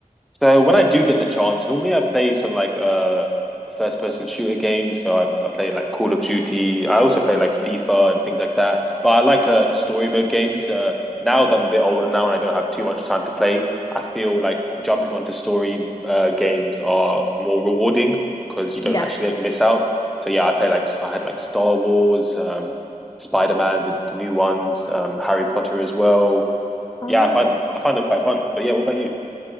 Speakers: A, in the centre; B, on the left (about 30°).
A: So when I do get the chance, normally I play some like uh first person shooter games. So I, I play like Call of Duty. I also play like FIFA and things like that. But I like uh story mode games. Uh now that I'm a bit older now and I don't have too much time to play, I feel like jumping onto story uh games are more rewarding because you don't
B: Yeah.
A: actually like, miss out. So yeah, I play like I had like Star Wars, um Spider-Man, the, the new ones, um Harry Potter as well.
B: Oh,
A: Yeah,
B: nice.
A: I find I find them quite fun. But yeah, what about you?